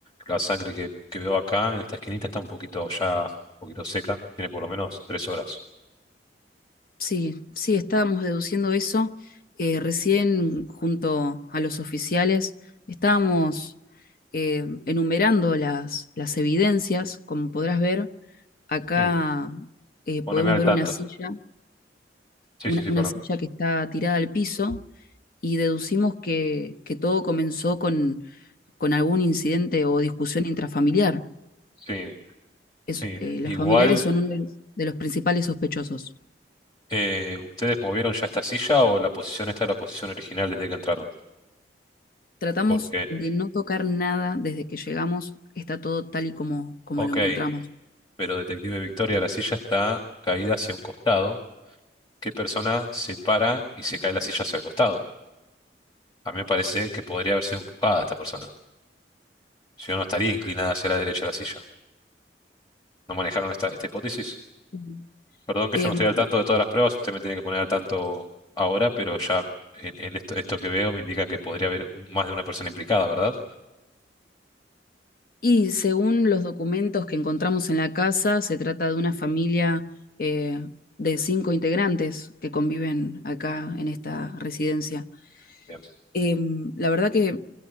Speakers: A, on the left (about 25°); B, on the left (about 55°).
A: la sangre que, que veo acá en esta esquinita está un poquito ya, un poquito seca, tiene por lo menos tres horas.
B: Sí, sí, estábamos deduciendo eso. eh, recién, junto a los oficiales, estábamos eh, enumerando las, las evidencias. Como podrás ver, acá
A: Sí,
B: eh, podemos
A: poneme al
B: ver
A: tanto.
B: una silla.
A: Sí,
B: una,
A: sí, sí,
B: una
A: perdón.
B: silla que está tirada al piso y deducimos que, que todo comenzó con, con algún incidente o discusión intrafamiliar.
A: Sí,
B: Es,
A: sí.
B: eh, los
A: Igual,
B: familiares son uno de los, de los principales sospechosos.
A: eh, ¿ustedes movieron ya esta silla o la posición esta es la posición original desde que entraron?
B: Tratamos
A: Porque,
B: de no tocar nada desde que llegamos, está todo tal y como, como
A: ok,
B: lo encontramos.
A: pero detective Victoria, la silla está caída hacia un costado. ¿Qué persona se para y se cae la silla hacia el costado? A mí me parece que podría haber sido empujada esta persona. Si no, no estaría inclinada hacia la derecha de la silla. ¿No manejaron esta, esta hipótesis?
B: Ujú.
A: Perdón que
B: Em,
A: yo no estoy al tanto de todas las pruebas, usted me tiene que poner al tanto ahora, pero ya en, en esto, esto que veo me indica que podría haber un- más de una persona implicada, ¿verdad?
B: y según los documentos que encontramos en la casa, se trata de una familia eh, de cinco integrantes que conviven acá en esta residencia.
A: Bien,
B: Em, la verdad que